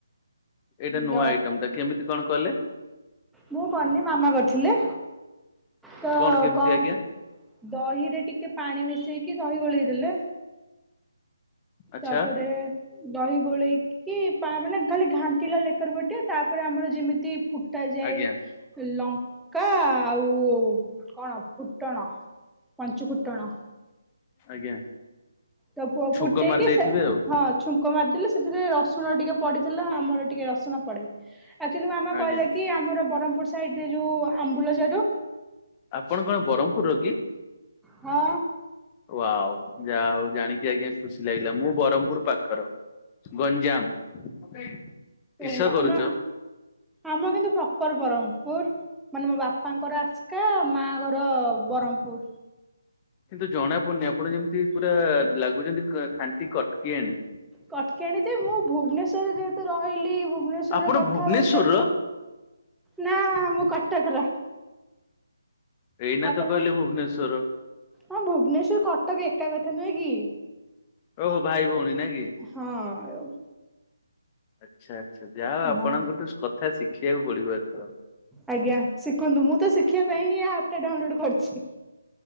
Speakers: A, on the left (about 20°); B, in the centre.
A: ଏଇଟା ନୂଆ
B: ଦ
A: ଆଇଟମ ଟା କେମିତି କଣ କଲେ?
B: ମୁଁ କନି ମାମା କରିଥିଲେ ତ
A: କଣ କେମିତି
B: କଁ
A: ଆଜ୍ଞା
B: ଦହିରେ ଟିକେ ପାଣି ମିଶେଇକି ଦହି ଗୋଳେଇଦେଲେ।
A: ଆଚ୍ଛା
B: ତାପରେ ଦହି ଗୋଳେଇକି ପା ମାନେ ଖାଲି ଘାଣ୍ଟିଲା ଲେର ପଟେ ତାପରେ ଆମର ଯେମିତି ଫୁଟା ଯାଏ।
A: ଆଜ୍ଞା
B: ଲଙ୍କା ଆଉ କଣ ଫୁଟଣ ପଞ୍ଚୁ ଫୁଟଣ।
A: ଆଜ୍ଞା।
B: ତ ପ
A: ଛୁଙ୍କ
B: ଫୁଟେଇ
A: ମାରି
B: କି
A: ଦେଇଥିବେ
B: ସେ
A: ଆଉ
B: ହଁ ଛୁ କ ମାରିଦେଲେ ସେଥିରେ ରସୁଣ ଟିକେ ପଡିଥିଲା ଆମର ଟିକେ ରସୁଣ ପଡେ। ଆଚୁଲି ମାମା କହିଲା
A: ଆଜ୍ଞା
B: କି ଆମର ବ୍ରହ୍ମପୁର ସାଇଡ ରେ ଯୋଉ ଆମ୍ବୁଲ ଯାର
A: ଆପଣ କଣ ବରମପୁରର କି?
B: ହଁ।
A: ୱାଓ ଯାହା ହଉ ଜାଣିକି ଆଜ୍ଞା ଖୁସି ଲାଗିଲା, ମୁଁ ବ୍ରହ୍ମପୁର ପାଖର। ଗଞ୍ଜାମ। କିସ
B: ଓହୋ
A: କରୁଛ?
B: ଆମ ଆମ କିନ୍ତୁ ପ୍ରପର ବରହମପୁର। ମାନେ ମୋ ବାପାଙ୍କର ଆସକା ମା ଘର ବରହମପୁର।
A: କିନ୍ତୁ ଜଣା ପଡୁନି ଆପଣ ଯେମିତି ପୁରା ଲାଗୁଛନ୍ତି ଖାଣ୍ଟି କଟକି ଆଣି।
B: କଟକିଆଣିଯେ ମୁଁ ଭୁବନେଶ୍ୱରରେ ଯେହେତୁ ରହିଲି ଭୁବନେଶ୍ଵରେ
A: ଆପଣ
B: କଥାବାର୍ତ୍ତା
A: ଭୁବନେଶ୍ଵରର
B: ନା ମୁଁ କଟକର।
A: ଏଇନା
B: ଆପଣ
A: ତ କହିଲେ ଭୁବନେଶ୍ଵର।
B: ହଁ ଭୁବନେଶ୍ୱର କଟକ ଏକା କଥା ନୁହେଁ କି।
A: ଓହୋ ଭାଇ ଭଉଣୀ ନାଇଁ କି?
B: ହଁ।
A: ଆଚ୍ଛା ଆଚ୍ଛା ଯାହଉ ଆପଣଙ୍କଠୁ
B: ହଁ।
A: କଥା ଶିଖିବାକୁ ପଡିବ ଏଥର।
B: ଆଜ୍ଞା ଶିଖନ୍ତୁ ମୁଁ ତ ଶିଖିବା ପାଇଁ ହିଁ ଆପ୍ ଟା ଡାଉନଲୋଡ୍ କରିଛି।